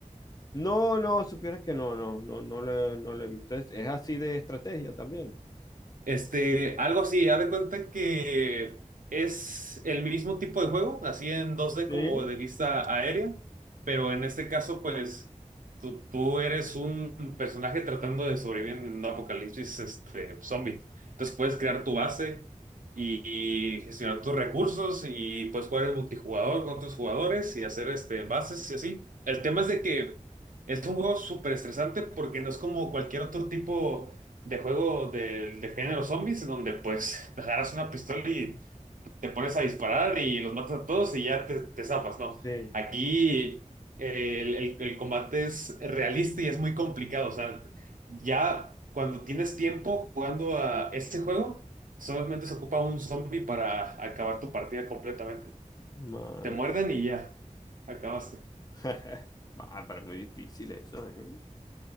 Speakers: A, on the left; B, on the right.
A: No, no, supieras que no, no, no, no le, no le he visto. Es, es así de estrategia también.
B: Este, algo así, haz de cuenta que es el mismo tipo de juego, así en dos d
A: Sí,
B: como de vista aérea, pero en este caso, pues, tú, tú eres un personaje tratando de sobrevivir en un apocalipsis, este, zombie. Entonces puedes crear tu base y, y gestionar tus recursos y puedes jugar en multijugador con tus jugadores y hacer, este, bases y así. El tema es de que es un juego súper estresante porque no es como cualquier otro tipo de juego de, de género zombies, en donde pues <laughs> te agarras una pistola y te pones a disparar y los matas a todos y ya te, te zapas, ¿no?
A: sí.
B: Aquí eh, el, el- el combate es realista y es muy complicado, o sea, ya cuando tienes tiempo jugando a este juego, solamente se ocupa un zombie para acabar tu partida completamente.
A: Madre.
B: Te muerden y ya, acabaste.
A: <laughs> Ah, pero es muy difícil eso, ¿eh?